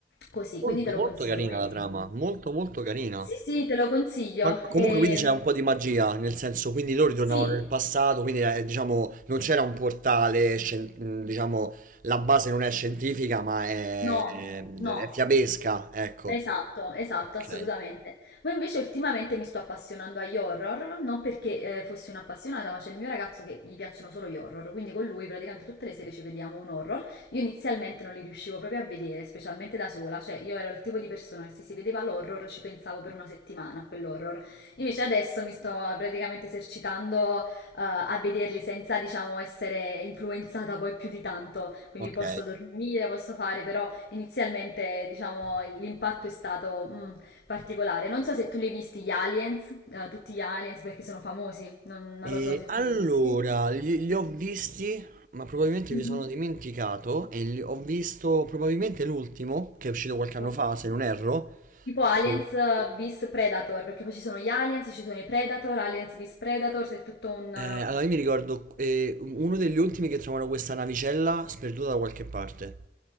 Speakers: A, on the left; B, on the right.
A: così,
B: Molto,
A: quindi te lo
B: molto
A: consiglio
B: carina
A: come
B: la
A: film.
B: trama, molto, molto carina.
A: Sì, sì, te lo consiglio.
B: Ma comunque
A: E...
B: quindi c'è un po' di magia, nel senso, quindi loro ritornavano
A: Sì.
B: nel passato, quindi eh, diciamo non c'era un portale, scien- mh, diciamo la base non è scientifica ma è,
A: No,
B: è- è
A: no.
B: fiabesca, ecco.
A: Esatto, esatto,
B: Ok.
A: assolutamente. Poi invece ultimamente mi sto appassionando agli horror, non perché eh, fossi un'appassionata, ma c'è il mio ragazzo che gli piacciono solo gli horror, quindi con lui praticamente tutte le sere ci vediamo un horror. Io inizialmente non li riuscivo proprio a vedere, specialmente da sola, cioè io ero il tipo di persona che se si vedeva l'horror ci pensavo per una settimana a quell'horror. Invece adesso mi sto praticamente esercitando eh, a vederli senza, diciamo, essere influenzata poi più di tanto, quindi
B: Ok.
A: posso dormire, posso fare, però Inizialmente, diciamo, l'impatto è stato mm, particolare. Non so se tu li hai visti gli aliens, eh, tutti gli aliens, perché sono famosi. Non, non
B: E
A: lo so se
B: allora,
A: tu li hai visti.
B: li, li ho visti, ma probabilmente
A: Mhm.
B: mi sono dimenticato e li- ho visto probabilmente l'ultimo, che è uscito qualche anno
A: Ok.
B: fa, se non erro.
A: Tipo Aliens
B: Mm.
A: eh, vs Predator, perché poi ci sono gli aliens, ci sono i Predator, Aliens vs Predator, c'è tutto un,
B: Eh,
A: eh,
B: allora io mi ricordo eh, uno degli ultimi che trovano questa navicella sperduta da qualche parte.